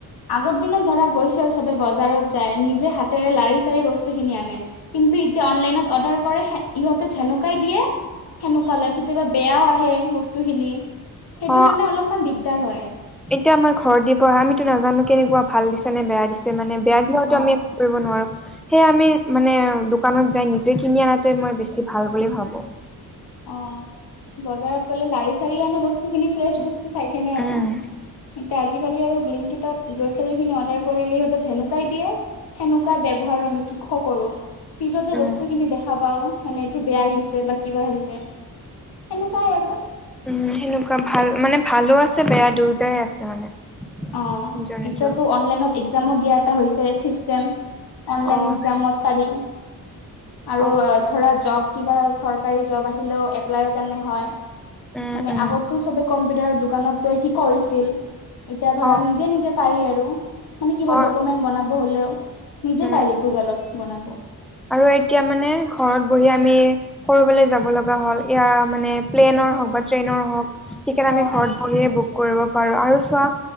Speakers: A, on the left (about 80°); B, in the centre.
A: আগৰ দিনত ধৰা গৈছিল চবে বজাৰত যায় নিজে হাতেৰে লাৰি চাৰি বস্তুখিনি আনে। কিন্তু এতিয়া অনলাইনত অৰ্ডাৰ কৰে ইহতে জেকুৱাই দিয়ে সেনেকুৱা লয়। কেতিয়াবা বেয়াও আহে বস্তুখিনি সেইটো
B: অ
A: কাৰণে অলপমান দিগদাৰ হয়।
B: এতিয়া আমাৰ ঘৰত দিব আমিতো নাজানো কেনেকুৱা ভাল দিছে নে বেয়া দিছে মানে বেয়া দিলেতো
A: অ
B: আমি কৰিব নোৱাৰো সেয়া আমি মানে দোকানত যাই নিজে কিনি অনাটোৱে মই বেছি ভাল বুলি ভাবো।
A: অ', বজাৰত গ'লে লাৰি চাৰি আনো বস্তুখিনি ফ্ৰেছ বস্তু চাই কিনে আনো।
B: উম
A: এতিয়া আজিকালি আৰু গ্ৰ'চাৰীখিনি অৰ্ডাৰ কৰিলে ইহঁতে যেনেকুৱাই দিয়ে সেনেকুৱা ব্যৱহাৰ আমি কি ক কৰো। পিছতে
B: উম
A: বস্তুখিনি দেখা পাওঁ মানে এইটো বেয়া আহিছে বা কিবা হৈছে। সেনেকুৱাই আৰু।
B: উম, সেনেকুৱা ভাল মানে ভালো আছে বেয়া দুয়োটাই আছে মানে।
A: অ',
B: ইণ্টাৰনেটৰ।
A: এতিয়াতো অনলাইনত একজামো দিয়া এটা হৈছে চিষ্টেম। অনলাইন
B: অ',
A: এক্সামত পাৰি। আৰু
B: অ',
A: ধৰা জব কিবা চৰকাৰী জব আহিলেও এপ্লাইৰ কাৰণে হয়।
B: উম,
A: মানে
B: উম,
A: আগতটো চবে কম্পিউটাৰৰ দোকানত গৈ কি কৰিছিল। এতিয়া ধৰা
B: অ',
A: নিজে নিজে পাৰি আৰু মানে কিবা
B: অ',
A: ডকুমেন্ট বনাব হ'লেও। নিজে
B: উম।
A: পাৰি গুগলত বনাব।
B: আৰু এতিয়া মানে ঘৰত বহি আমি ক'ৰবালৈ যাব লগা হ'ল। এ মানে প্লেনৰ হওঁক বা ট্ৰেইনৰ হওঁক টিকেট আমি
A: অ
B: ঘৰত বহিয়ে বুক কৰিব পাৰো আৰু চোৱা